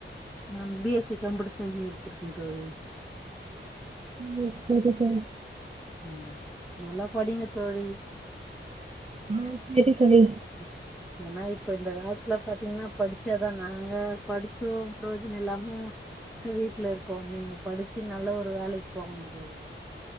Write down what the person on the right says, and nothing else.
ம் சரி தோழி
அ சேரி தோழி